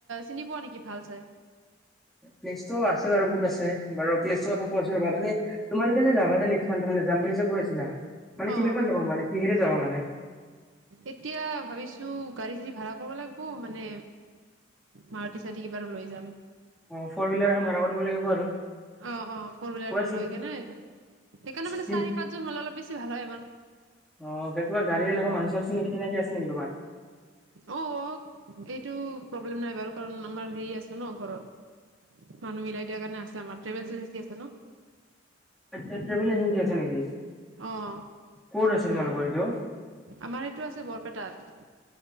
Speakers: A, on the right; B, in the centre.
A: চিনি পোৱা নেকি ভাল চাই
B: প্লেছতটো আছে বাৰু বহুত আছে প্লেচটো কথা কোৱাচোন ৰবা তোমালোকে যে যাবা যাম বুলি যে কৈ আছিলা মানে
A: অ
B: কেনেকৈ যাবা মানে কিহেৰে যাবা মানে
A: এতিয়া ভাবিছো গাড়ী চদি ভা়ড়া কৰোঁ কব লাগিব মানে মাৰুতি চাতি কিবাতো লৈ যাম
B: অ ফ'ৰশিলাৰ ভাড়া কৰি দিব লাগিব আৰু
A: অ অ ফৰশিলাৰ
B: কিবা চি
A: লৈ কেনে সেইকাৰণে মানে
B: চিন
A: চাৰি পাঁচজন হ'লে অলপ বেছি ভাল হয়
B: অ', কিবা গাড়ী এনেকুৱা মানুহ চানুহ চিনাকি তিনাকি আছে নেকি তোমাৰ?
A: অ অ এইটো প্লেলেম নাই বাৰু আমাৰ হে আছো ন ঘৰত মানুহ মিলাই দিয়া কাৰণে আছে আমাৰ টেভেল এজেঞ্চি আছে ন
B: <unintelligible> এজেঞ্চি আছে নেকি
A: অ',
B: ক'ত আছে তোমালোকৰ এইটো
A: আমাৰ এইটো আছে বৰপেটাত